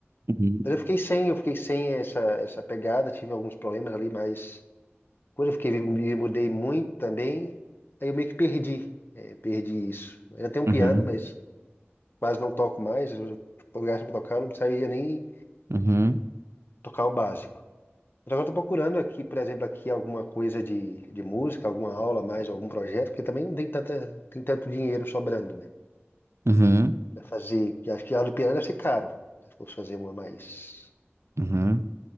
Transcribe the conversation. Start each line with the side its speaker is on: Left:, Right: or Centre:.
Right: uhum,
Left: Mas eu fiquei sem, eu fiquei sem essa, essa pegada, tive alguns problemas ali, mas quando eu fiquei, me mudei muito também, aí eu meio que perdi, é, perdi isso. Eu ainda tenho um
Right: uhum,
Left: piano, mas quase não toco mais, eu fui obrigado tocar, eu não sabia nem
Right: uhum, uhum.
Left: tocar o básico. Mas agora estou procurando aqui, por exemplo, aqui alguma coisa de, de música, alguma aula a mais, algum projeto, porque também não tem tanta, tem tanto dinheiro sobrando, né?
Right: uhum.
Left: Pra fazer, que acho que aula de piano deve ser caro, se fosse fazer uma mais.
Right: Uhum.